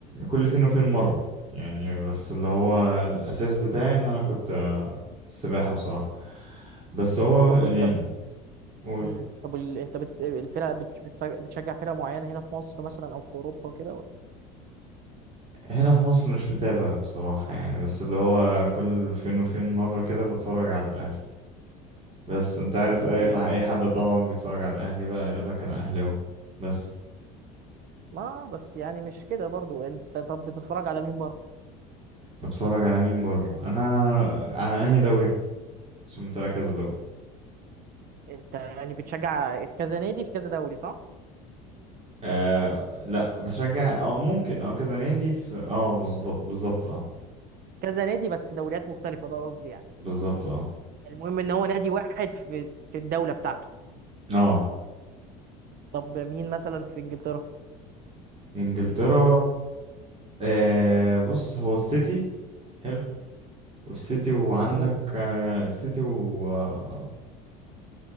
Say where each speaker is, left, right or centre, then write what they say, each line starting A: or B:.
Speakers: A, on the right; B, on the right.
A: كل فين وفين مره يعني بس اللي هو الاساس بتاعي ان انا كنت آه، السباحه بصراحه بس هو
B: طب
A: يعني
B: وانت ب...
A: قول
B: مم. طب وال- انت بت... الفرق بت... بتف- بتشجع فرق معينه هنا في مصر مثلا او في اوروبا وكده
A: هنا في مصر مش متابع بصراحه يعني بس اللي هو كل فين وفين مره كده بتفرج على الاهلي بس انت عارف
B: طب و
A: اي طح اي حد طبعا بيتفرج على الاهلي بقى يقول لك انا اهلاوي بس
B: ما بس يعني مش كده برضو انت طب بتتفرج على مين بره
A: بتفرج على مين بره انا انا انهي دوري عشان متابع كذا دوري
B: انت يعني بتشجع كذا نادي في كذا دوري صح
A: آه لا بشجع اه ممكن اه كذا نادي في اه مظبوط بالظبط اه
B: كذا نادي بس دوريات مختلفة ده قصدي يعني
A: بالظبط اه
B: المهم ان هو نادي واحد في في الدولة بتاعته
A: اه
B: طب مين مثلا في انجلترا
A: انجلترا آه بص هو السيتي حلو والسيتي وعندك
B: امم
A: آه السيتي وممكن